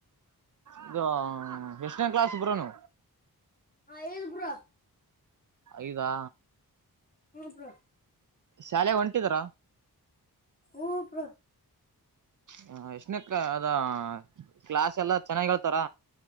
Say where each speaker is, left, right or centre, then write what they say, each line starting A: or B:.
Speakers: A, on the right; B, on the left.
A: ಇದು ಎಷ್ಟನನ್ ಕ್ಲಾಸ್ಬ್ರನು
B: ಐದು ಬ್ರೋ
A: ಐದಾ
B: ಹ್ಮ ಹಾ
A: ಶಾಲೆ ಹೊಂಟಿದರ
B: ಊಬ್ರ
A: ಹ ಎಶನಕ್ಕ ಅದ ಕ್ಲಾಸ್ ಎಲ್ಲ ಚೆನ್ನಾಗ್ ಹೇಳ್ತಾರ